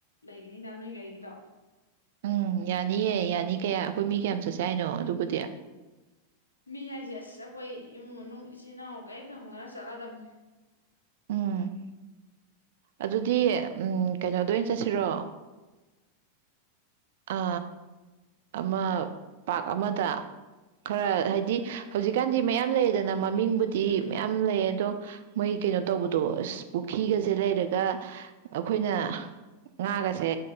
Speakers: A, on the left; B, on the right.
A: ꯂꯩꯒꯅꯤꯅ ꯅꯣꯏ ꯒꯥꯔꯤꯒꯤꯗꯣ
B: ꯎꯝ ꯌꯥꯅꯤꯑ ꯌꯥꯅꯤ ꯀꯌꯥ ꯑꯩꯈꯣꯏ ꯃꯤ ꯀꯌꯥꯝ ꯆꯠ ꯆ ꯍꯥꯏꯅꯣ ꯑꯗꯨꯕꯨꯗꯤ
A: ꯃꯤ ꯍꯥꯏꯁꯦ ꯑꯁ ꯑꯩꯈꯣꯏ ꯏꯃꯨꯡ ꯃꯅꯨꯡ ꯏꯆꯤꯟꯜ ꯏꯅꯥꯎ ꯀꯔꯤꯦꯛ ꯊ ꯍꯧꯉꯒ ꯆꯠꯂꯗꯕꯅꯤ
B: ꯎꯝ ꯑꯗꯨꯗꯤ ꯀꯩꯅꯣꯗ ꯑꯣꯏꯅ ꯆꯠꯁꯤꯔꯣ ꯑ ꯑꯃ ꯄꯥ ꯑꯃꯗ ꯈꯔ ꯍꯥꯏꯗꯤ ꯍꯧꯖꯤꯛꯀꯥꯟꯗꯤ ꯃꯌꯥꯝ ꯂꯩꯌꯦꯗꯅ ꯃꯃꯤꯡꯕꯨꯗꯤ
A: ꯎꯝ
B: ꯃꯌꯥꯝ ꯂꯩ ꯑꯗꯣ ꯃꯣꯏ ꯀꯩꯅꯣ ꯇꯧꯕꯗꯣ ꯑ ꯄꯨꯈ꯭ꯔꯤꯒꯁꯦ ꯂꯩꯔꯒ ꯑꯩꯈꯣꯏꯅ ꯉꯥꯒꯁꯦ